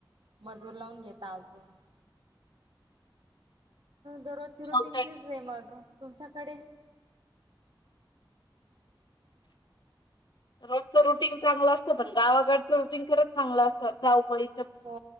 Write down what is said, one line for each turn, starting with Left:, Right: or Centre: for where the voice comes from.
Right: मजूर लावून घेता अजून दररोजची रुटीन
Left: मग ते
Right: तीच र मग तुमच्याकडे <inaudible>
Left: रोजचं रुटीन चांगलं असतं पण गावागडचं रुटीन खरंच चांगलं असतं धवपळी.
Right: हो